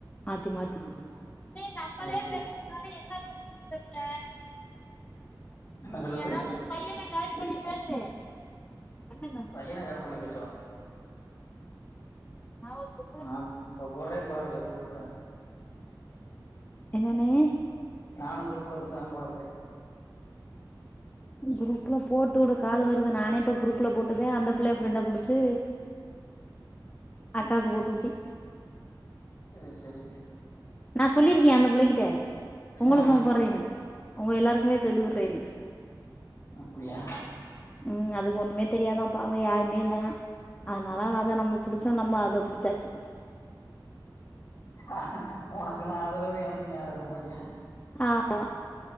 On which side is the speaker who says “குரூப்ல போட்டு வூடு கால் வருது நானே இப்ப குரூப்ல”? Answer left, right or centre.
Left